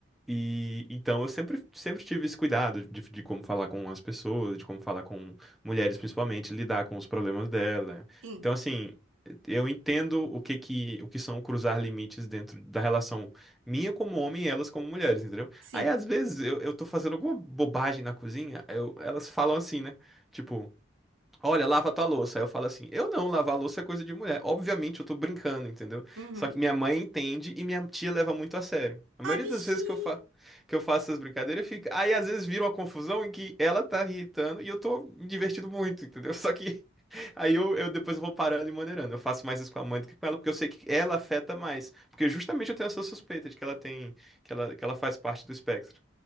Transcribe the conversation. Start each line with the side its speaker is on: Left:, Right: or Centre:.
Centre: E então eu sempre, sempre tive esse cuidado de, de como falar com as pessoas, de como falar com mulheres principalmente, lidar com os problemas dela.
Right: sim,
Centre: Então, assim, eu entendo o que que, o que são cruzar limites dentro da relação minha como homem e elas como mulheres, entendeu?
Right: sim.
Centre: Aí, às vezes, eu, eu tô fazendo alguma bobagem na cozinha, eu- elas falam assim, né? Tipo. Olha, lava tua louça. Aí eu falo assim: eu não, lavar louça é coisa de mulher. Obviamente eu tô brincando, entendeu?
Right: Uhum.
Centre: Só que minha mãe entende e minha tia leva muito a sério. A maioria
Right: Ah, bichinha.
Centre: das vezes que eu, fa que eu faço essas brincadeiras fica. Aí às vezes vira uma confusão em que ela tá irritando e eu tô me divertindo muito, entendeu? Só que <laughs> aí eu, eu depois eu vou parando e maneirando. Eu faço mais isso com a mãe do que com ela, porque eu sei que ela afeta mais. Porque justamente eu tenho essa suspeita de que ela tem, que ela, que ela faz parte do espectro,